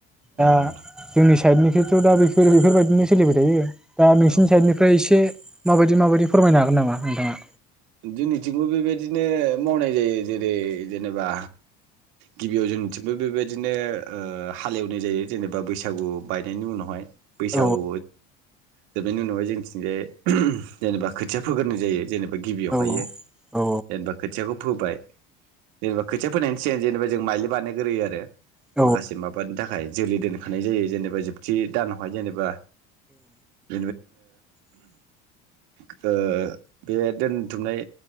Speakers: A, on the right; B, in the centre.
A: औ
B: दा जोंनि साइदनि खेथ' दा बेफो बेफोर बायदिनो सोलिबाय थायो। दा नोंसिनि
A: औ
B: साइडनिफ्राय एसे माबायदि माबायदि फोरमायनो हागोन नामा नोंथाङा?
A: जोंनिथिंबो बेबायदिनो मावनाय जायो जेरै जेनेबा गिबियाव जोंनिथिंबो बेबाय बिदिनो ओ हालेवनाय जायो जेनेबा बैसागु बायनायनि उनावहाय बैसागु
B: औ
A: दा बेनि उनावहाय जोंथिंजाय जेनेबा खोथिया फोग्रोनाय जायो जेने गिबियावहायो
B: औ औ
A: जेनेबा खोथियाखौ फोबाइ जेनेबा खोथिया फोनायनि सिगां जेनेबा जों माइलि बानायग्रोयो आरो।
B: औ
A: माखासे माबानि थाखाय जोलै दोनखानाय जायो जेनेबा जोब थि दानावहाय जेनेबा <unintelligible> जोङो ओ बे दोनथुमनाय